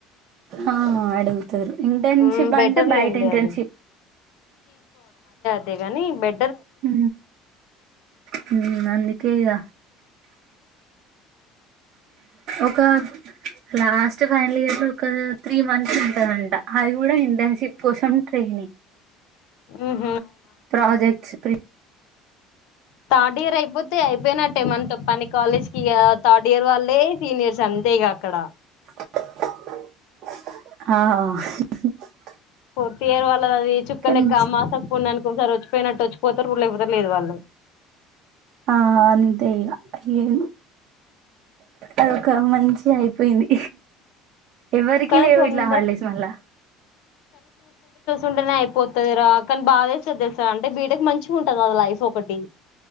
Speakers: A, on the right (about 55°); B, on the left (about 80°).
A: ఆ అడుగుతారు ఇంటర్న్షిప్
B: ఉమ్
A: అంటే
B: బెటర్లేండి
A: బయట ఇంటర్న్షిప్
B: అది అంతేగాని బే
A: హు హమ్ ఉం అందుకే ఇగ ఒక లాస్ట్ ఫైనల్ ఇయర్ లో ఒక త్రీ మంత్స్ ఉంటదంట అది కూడా ఇంటర్న్షిప్ కోసం ట్రైనింగ్ ని
B: ఉం
A: ప్రాజెక్ట్స్ ప్రీ
B: థర్డ్ ఇయర్ అయిపోతే తే అయిపోయినట్టే మన తో పని కాలేజ్ కి ఇగ థర్డ్ ఇయర్ వాళ్లే సీనియర్స్ అంతే ఇగ అక్కడ
A: ఆ
B: పోర్త్ ఇయర్ వాళ్లది అది చుక్కలు
A: కానీ
B: లెక్క ఆమాసకు పున్ననికి ఓ సారి వచ్చి పో పోయినట్టు వచ్చిపోతారు లేకపోతె లేదు వాళ్ళు
A: ఆ అంతే ఇగ ఎం అదొక మంచిగా అయిపోయింది ఎవరికి
B: కానీ
A: లేవు
B: తొందర
A: ఇట్లా హాలిడేస్ మళ్ళా
B: ఉంటేనే అయిపోతది రా కానీ బాద ఎస్తది తెలుసా అంటే బీటెక్ మంచి మంచిగా ఉంటది అది లైఫ్ ఒకటి